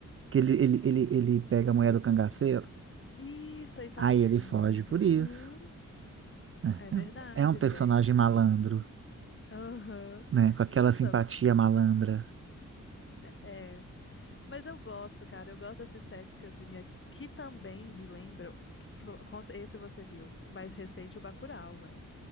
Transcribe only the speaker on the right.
Que ele, ele, ele, ele pega a mulher do cangaceiro,
aí
ele foge por
isso. né?
É
um é um personagem
malandro.
né? Com aquela
simpatia malandra.